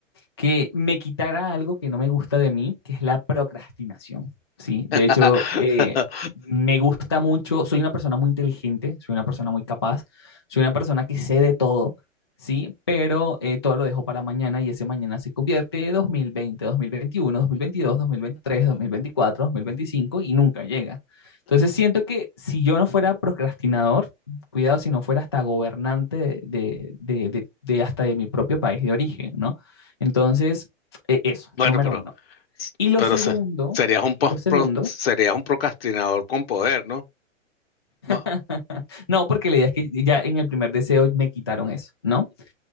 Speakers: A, on the left; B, on the left.
A: que me quitara algo que no me gusta de mí, que es la procrastinación, ¿sí? De
B: <laughs>
A: hecho, eh, me gusta mucho, soy una persona muy inteligente, soy una persona muy capaz, soy una persona que sé de todo, ¿sí? Pero eh, todo lo dejo para mañana y ese mañana se convierte en dos mil veinte, dos mil veintiuno, dos mil veintidós, dos mil veintitrés, dos mil veinticuatro, dos mil veinticinco y nunca llega. Entonces siento que si yo no fuera procrastinador, cuidado si no fuera hasta gobernante de, de, de, de hasta de mi propio país de origen, ¿no? Entonces, eh, eso,
B: Bueno,
A: número
B: pero,
A: uno. Y lo
B: pero
A: segundo,
B: se- serías un, pos-
A: y lo segundo,
B: pro- serías un procrastinador con poder, ¿no? Ma-
A: <laughs> no, porque la idea es que ya en el primer deseo me quitaron eso, ¿no?
B: Ujú.